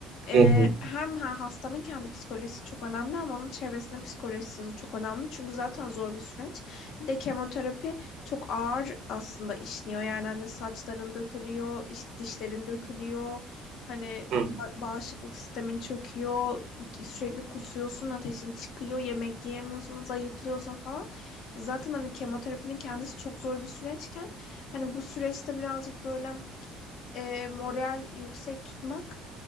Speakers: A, on the left; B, on the right.
A: Ee,
B: Hı hı.
A: hem ha, hastanın kendi psikolojisi çok önemli ama onun çevresinin psikolojisi de çok önemli. Çünkü zaten zor bir süreç. Bir de kemoterapi çok ağır aslında işliyor. Yani hani saçların dökülüyor, işte dişlerin dökülüyor. Hani
B: Hı.
A: ba- bağışıklık sistemin çöküyor. Sürekli kusuyorsun, ateşin çıkıyor, yemek yiyemiyorsun, zayıflıyorsun falan. Zaten hani kemoterapinin kendisi çok zor bir süreçken Hani bu süreçte birazcık böyle e, moral yüksek tutmak